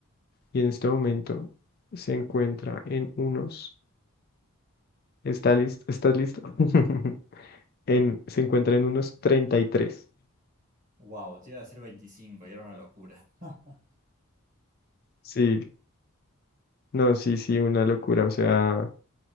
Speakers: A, on the left (about 45°); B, on the right (about 35°).
A: y en este momento se encuentra en unos, ¿está listo? ¿Estás listo? <laughs> En, se encuentra en unos treinta y tres
B: Wow, te iba a decir veinticinco, y era una locura. <laughs>
A: Sí, no, sí, sí, una locura, o sea,